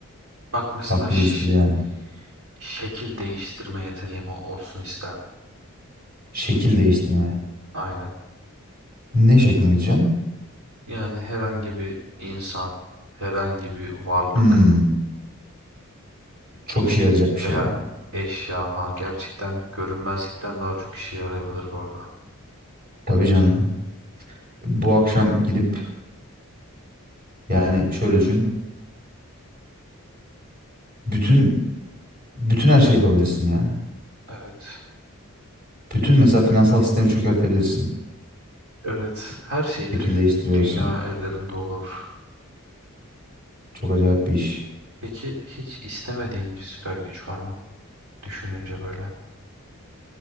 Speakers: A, on the right; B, on the right.
A: Bak mesela
B: Farklı
A: ş-
B: bir histir yani.
A: şekil değiştirme yeteneğim ol- olsun isterdim.
B: Şekil değiştirmeye.
A: Aynen.
B: Ne şekline gireceğim?
A: Yani herhangi bir insan, herhangi bir varlık
B: Hmm, çok işe yarayacak bir
A: veya
B: şey ya.
A: eşya falan gerçekten görünmezlikten daha çok işe yarayabilir bu arada.
B: Tabii canım. Bu akşam gidip yani şöyle düşün. Bütün bütün her şeyi yapabilirsin ya.
A: Evet.
B: Bütün mesela finansal sistemi çökertebilirsin.
A: Evet, her şey
B: Şekil
A: direkt
B: değiştiriyorsan.
A: dünya ellerimde olur.
B: Çok acayip bir iş.
A: Peki hiç istemediğin bir süper güç var mı? Düşününce böyle.